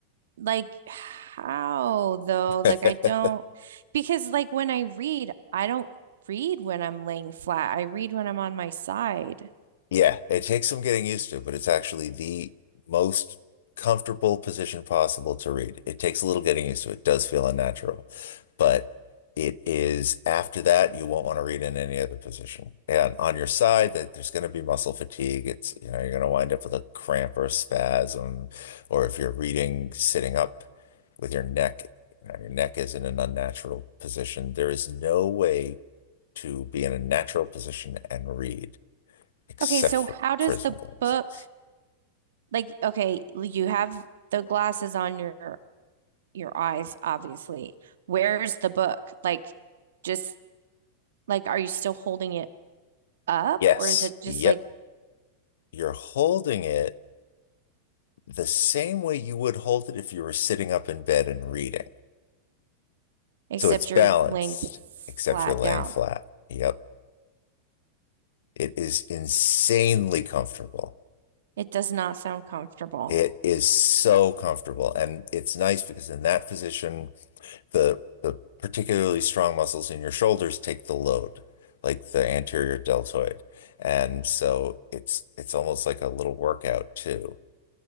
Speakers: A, on the right; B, on the left.
A: like how though?
B: <laughs>
A: Like, I don't, because like when I read, I don't read when I'm laying flat. I read when I'm on my side.
B: Yeah, it takes some getting used to, but it's actually the most comfortable position possible to read. It takes a little getting used to. It does feel unnatural, but it is after that you won't want to read in any other position. And on your side, that there's going to be muscle fatigue. It's, you know, you're going to wind up with a cramp or a spasm, or if you're reading sitting up with your neck, you know, your neck is in an unnatural position. There is no way to be in a natural position and read except
A: Okay, so
B: for
A: how does
B: prism
A: the
B: glasses.
A: book like, okay, you have the glasses on your your eyes, obviously. Where's the book? Like, just like, are you still holding it up,
B: Yes.
A: or is it just
B: Yep.
A: like
B: You're holding it the same way you would hold it if you were sitting up in bed and reading.
A: except
B: So it's balanced,
A: you're laying
B: except
A: flat
B: you're laying
A: down?
B: flat. Yep. It is insanely comfortable.
A: It does not sound comfortable.
B: It is so comfortable. And it's nice because in that position, the the particularly strong muscles in your shoulders take the load, like the anterior deltoid. And so it's it's almost like a little workout too.